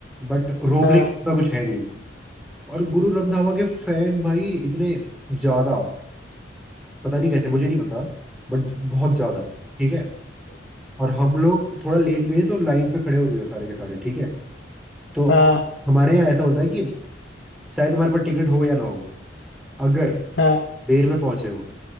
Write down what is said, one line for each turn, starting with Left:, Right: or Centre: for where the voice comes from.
Centre: बट रोकने
Left: हाँ
Centre: का कुछ है नहीं और गुरु रंधावा के फैन भाई इतने ज्यादा पता नहीं कैसे मुझे नहीं पता बट बहुत ज्यादा ठीक है और हम लोग थोड़ा लेट गए तो लाइन पे खड़े हो गए थे सारे के सारे ठीक है तो
Left: हाँ
Centre: हमारे यहाँ ऐसा होता है कि चाहे तुम्हारे पास टिकट हो या ना हो अगर
Left: हाँ
Centre: देर में पहुंचे हो